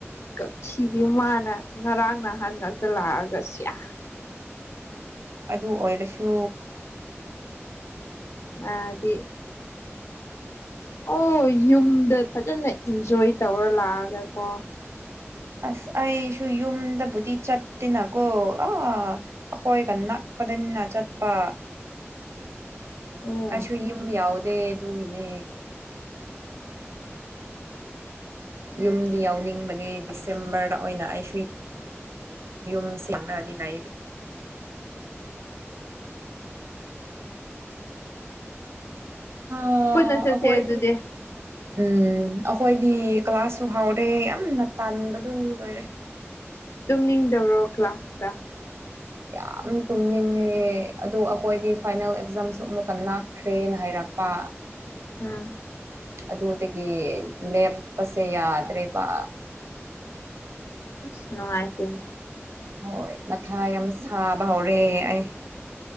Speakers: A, on the left; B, on the right.
A: ꯀꯛꯁꯤꯗꯤ ꯃꯥꯅ ꯉꯔꯥꯡ ꯅꯅꯥꯍꯟ ꯉꯥꯛ ꯇ ꯂꯥꯛꯑꯒ ꯁꯤꯌꯥ
B: ꯑꯗꯨ ꯑꯣꯏꯔꯁꯨ
A: ꯃꯥꯗꯤ ꯑꯣ ꯌꯨꯝꯗ ꯐꯖꯅ ꯏꯟꯖꯣꯏ ꯇꯧꯔ ꯂꯥꯛꯑꯒ ꯀꯣ
B: ꯑꯁ ꯑꯩꯁꯨ ꯌꯨꯝꯗꯕꯨꯗꯤ ꯆꯠꯇꯅ ꯀꯣ ꯑꯥ ꯑꯩꯈꯣꯏꯒ ꯅꯛꯄꯗꯅꯤꯅ ꯆꯠꯄ
A: ꯎꯝ
B: ꯑꯩꯁꯨ ꯌꯨꯝ ꯌꯥꯎꯗꯦ ꯑꯗꯨꯒꯤꯅꯦ ꯌꯨꯝꯗꯤ ꯌꯥꯎꯅꯤꯡꯕꯅꯦ ꯗꯤꯁꯦꯝꯕꯔꯗꯥ ꯑꯣꯏꯅ ꯑꯩꯁꯨ ꯌꯨꯝ ꯁꯦꯡꯅꯗꯤ ꯅꯩꯕ ꯍꯥ
A: ꯄꯨꯟꯅ ꯆꯠꯁꯦ
B: ꯑꯍꯣꯏ
A: ꯑꯗꯨꯗꯤ
B: ꯎꯝ ꯑꯈꯣꯏꯗꯤ ꯀ꯭ꯂꯥꯁꯁꯨ ꯍꯥꯎꯔꯦ ꯌꯥꯝꯅ ꯇꯥꯟꯕꯗꯨ ꯂꯣꯏꯔꯦ
A: ꯇꯨꯝꯅꯤꯡꯗꯧꯔꯣ ꯀ꯭ꯂꯥꯁꯇꯥ
B: ꯌꯥꯝ ꯇꯨꯝꯅꯤꯡꯉꯦ ꯑꯗꯨ ꯑꯈꯣꯏꯗꯤ ꯐꯥꯏꯅꯦꯜ ꯑꯦꯛꯖꯥꯝꯁꯨ ꯑꯃꯨꯛꯀꯥ ꯅꯛꯈ꯭ꯔꯦꯅ ꯍꯥꯏꯔꯛꯄ
A: ꯎꯝ
B: ꯑꯗꯨꯗꯥꯒꯤ ꯂꯦꯞꯄꯁꯦ ꯌꯥꯗ꯭ꯔꯦꯕ
A: ꯑꯁ ꯅꯨꯡꯉꯥꯏꯇꯦꯅꯦ
B: ꯍꯣꯏ ꯃꯊꯥ ꯌꯥꯝ ꯁꯥꯕ ꯍꯧꯔꯦ ꯑꯩ